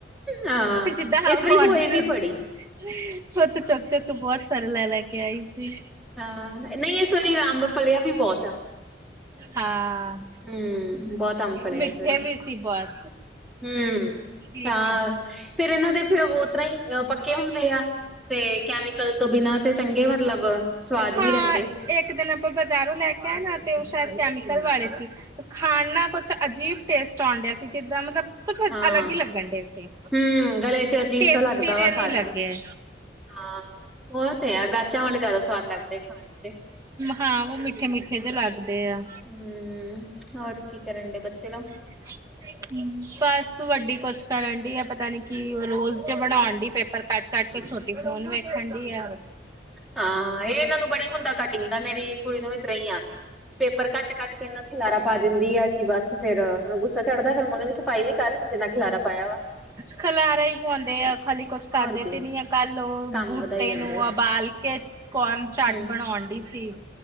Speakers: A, in the centre; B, on the right.
A: ਹਾਂ
B: ਜਿੱਦਾ ਹਵਾ
A: ਇਸ ਵਾਰੀ
B: ਵਾਂਡੀ
A: ਹੋਏ
B: ਫੇਰ
A: ਵੀ ਬੜੀ
B: ਉਥੋ ਤਾਂ ਚੌਕ-ਚੁਕ ਤੋਂ ਬਹੁਤ ਸਾਰੇ ਲੈ-ਲੈ ਕੇ ਆਈ ਸੀ।
A: ਹਾਂ ਨੀ ਇਸ ਵਾਰੀ ਅੰਬ ਫੱਲਿਆਂ ਵੀ ਬੋਤ ਐ।
B: ਹਾਂ
A: ਹੂੰ, ਬਹੁਤ ਅੰਬ ਫਲਿਆ
B: ਮਿੱਠੇ
A: ਇਸ ਵਾਰੀ।
B: ਵੀ ਸੀ ਬੋਤ
A: ਹੂੰ,
B: ਠੀਕ
A: ਹਾਂ
B: ਐ।
A: ਫਿਰ ਇਹਨਾਂ ਦੇ ਫਿਰ ਉਹ ਤਰ੍ਹਾਂ ਹੀ ਅ ਪੱਕੇ ਹੁੰਦੇ ਆ। ਤੇ ਕੈਮੀਕਲ ਤੋਂ ਬਿਨਾਂ ਤੇ ਚੰਗੇ ਮਤਲਬ ਸਵਾਦ
B: ਹਾਂ
A: ਵੀ ਰਹਿੰਦੇ।
B: ਇੱਕ ਦਿਨ ਆਪਾਂ ਬਾਜ਼ਾਰੋਂ ਲੈ ਕੇ ਆਏ ਨਾ, ਤੇ ਉਹ ਸ਼ਾਇਦ ਕੈਮੀਕਲ ਵਾਲੇ ਸੀ। ਤੇ ਖਾਣ ਨਾਲ ਕੁਛ ਅਜੀਬ ਟੇਸਟ ਆਂ ਡਿਆ ਸੀ, ਜਿੱਦਾਂ ਮਤਲਬ ਤੇ ਕੁਛ
A: ਹਾਂ,
B: ਅਲੱਗ ਹੀ ਲੱਗਣ ਡੇ ਸੀ,
A: ਹੂੰ ਗਲੇ ਚ ਅਜੀਬ
B: ਟੇਸਟੀ
A: ਸਾ ਲੱਗਦਾ
B: ਜੇ
A: ਵਾ
B: ਨੀ
A: ਖਾ
B: ਲੱਗੇ
A: ਕੇ ਹਾਂ ਉਹ ਤੇ ਆ ਗਾਛਾਂ ਵਾਲੇ ਜ਼ਿਆਦਾ ਸਵਾਦ ਲੱਗਦੇ ਖਾਣ ਚ,
B: ਹਾਂ ਉਹ ਮਿੱਠੇ-ਮਿੱਠੇ ਜੇ ਲੱਗਦੇ ਐ।
A: ਹੂੰ। ਹੋਰ ਕੀ ਕਰਨ ਡੇ ਬੱਚੇ ਲੋ?
B: <inaudible> ਬਸ ਵੱਡੀ ਕੁਛ ਕਰਨ ਡੀ ਆ, ਪਤਾ ਨੀ ਕੀ ਔ ਰੋਜ਼ ਡੇ ਬਣੋਣ ਡੀ ਪੇਪਰ ਕੱਟ-ਕੱਟ ਕੇ। ਛੋਟ ਟੀ ਫੋਨ ਵੇਖਣ ਡੀ ਆ।
A: ਹਾਂ, ਇਹ ਇਹਨਾਂ ਨੂੰ ਬੜੀ ਹੁੰਦਾ ਕਟਿੰਗ ਦਾ, ਮੇਰੀ ਕੁੜੀ ਨੂੰ ਵੀ ਇਤਰਾ ਈ ਆ। ਪੇਪਰ ਕੱਟ-ਕੱਟ ਕੇ ਇਨਾ ਖਿਲਾਰਾ ਪਾ ਦਿੰਦੀ ਆ ਕਿ ਬੱਸ ਫੇਰ ਗੁੱਸਾ ਚੜਦੈ ਫਿਰ ਮੈ ਕ ਫਾਈ ਵੀ ਕਰ ਜਿੰਨਾ ਖਿਲਾਰਾ ਪਾਇਆ ਵਾ।
B: ਖਲਾਰਾ ਈ ਪਾਂਦੇ ਆ ਖਾਲੀ, ਕੁੱਛ ਕਰਦੇ
A: ਹੋਰ ਕੀ
B: ਤੇ ਨੀ ਆ ਕੱਲ
A: ਕੰਮ
B: ਬੂਟੇ
A: ਵਧਾਈ ਜਾਂਦੇ
B: ਨੂੰ
A: ਹੋ
B: ਅਬਾਲ ਕੇ ਕੋਰਨ ਚਾਟ
A: ਹੂੰ
B: ਬਣੋਨ ਡੀ ਸੀ।